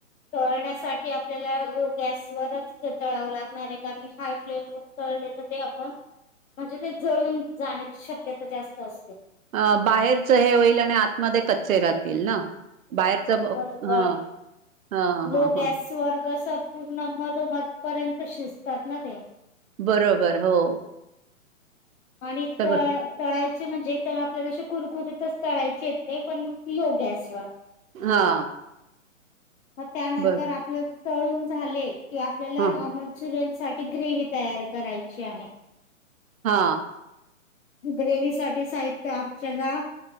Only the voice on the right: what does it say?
अ बाहेरच हे होईल आणि आतमध्ये कच्चे राहतील ना. बाहेरचं
हां हां
हां हां
बरोबर हो.
सगळं
हा.
बर
हा
हा.